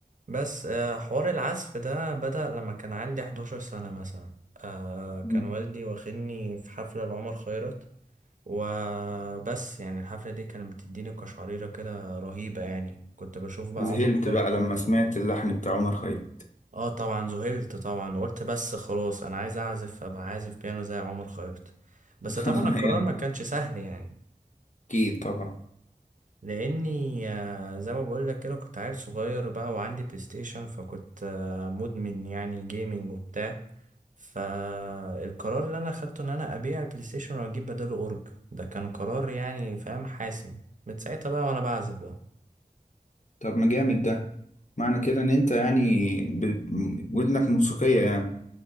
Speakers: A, on the right (about 55°); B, on the left (about 55°).
A: بس آه، حوار العزف ده بدأ لما كان عندي 11 سنه مثلا آه، كان
B: مم.
A: والدي واخدني في حفله لعمر خيرت وبس يعني الحفلة دي كانت بتديني قشعريرة كده رهيبة يعني كنت بشوف بقى
B: وذهلت
A: عمر خيرت
B: بقى لما
A: و-
B: سمعت اللحن بتاع عمر خيرت
A: اه طبعا ذهلت طبعا وقلت بس خلاص انا عايز اعزف ابقى عازف بيانو زي عمر خيرت بس
B: <laughs>
A: طبعا القرار
B: يعني
A: ما كانش سهل يعني
B: اكيد طبعا
A: لاني آه، زي ما بقول لك كده كنت عيل صغير بقى وعندي بلاي ستيشن فكنت آه، مدمن يعني جيمنج وبتاع فالقرار اللي انا اخدته ان انا ابيع البلاي ستيشن واجيب بداله اورج ده كان قرار يعني فاهم حاسم من ساعتها بقى وانا بعزف بقى
B: طب ما جامد ده معنى كده ان انت يعني ب... م- ودنك موسيقية يعني